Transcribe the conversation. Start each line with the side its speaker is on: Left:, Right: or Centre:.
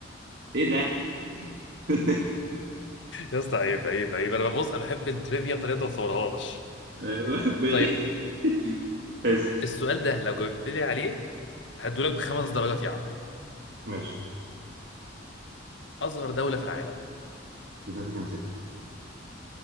Right: ايه ده <laughs>
Left: يا اسطى عيب عيب عيب انا ببص انا بحب التريفيا بطريقه ما بصورهاش
Right: انا مش واخد بالي
Left: طيب
Right: <laughs> بس
Left: السؤال ده لو جاوبت لي عليه هدولك بخمس درجات يا عم
Right: ماشي
Left: أصغر دولة في العالم
Right: دلوقتي كان سيتي